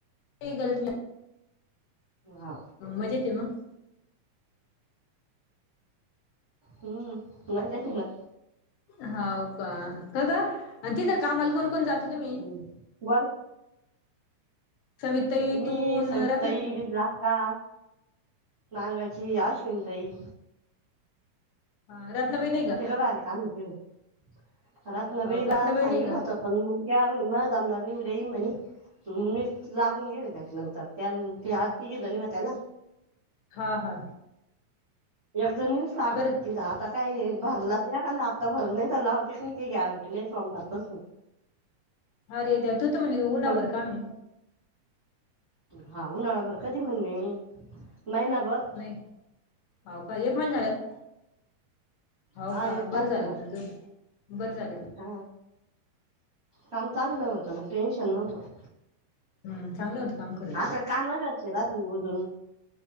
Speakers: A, on the left (about 85°); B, on the right (about 60°).
A: <unintelligible>
B: हा
A: मजे ते मग?
B: हम्म मजेते ना.
A: हाऊ का काग आणि तिथ कामाल कोण कोण जात तुम्ही?
B: हम्म. बोल
A: सविताई
B: मी
A: तू न
B: सविताताई
A: रत्न
B: विजुआक्का मांगाची अश्विनीताई.
A: ह रत्नबाई नाय.
B: कितीक भारी काम आहे तिड रत्‍नाबाईला
A: हो का? रत्नाबाई
B: सांगितल
A: नाही का
B: होत पण मग त्या म्हणे मला जमनार नायी उद्या इन म्हणी. म मीच लागून गेले त्याच्यानंतर त्या त्या तिघी जणी होत्या ना.
A: हा हा!
B: एक जणीनच लागत
A: बरं
B: होती तिड आता काय भरला तर एखांदा हप्ता भरल नाही तर लावते क नाही काही गॅरंटी नाही सोमवारपासून.
A: अरे देवा तू तो म्हणली ऊनावर
B: थोडं
A: कामये?
B: हा उन्हाळा भर कधी म्हणले मी? महिना भर
A: नाही. हौवकाय एक महिन झालेत हौ
B: हा
A: का
B: एक तारखेला
A: बर झाल पण जाऊदेत. बर झाल.
B: हा काम चांगल होत ना टेन्शन नव्हत.
A: हम्म चांगलं होतं काम करायला
B: आता काम घरचे रातिल बुजून